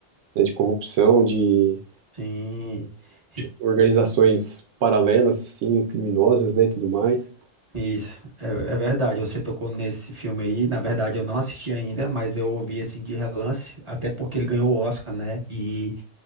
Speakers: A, on the right; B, on the right.
A: né, de corrupção, de
B: Sim, E-
A: organizações paralelas, assim, criminosas, né, e tudo mais.
B: isso é, é verdade. Você tocou nesse filme aí. Na verdade, eu não assisti ainda, mas eu ouvi assim de relance, até porque ele ganhou o Oscar, né? E,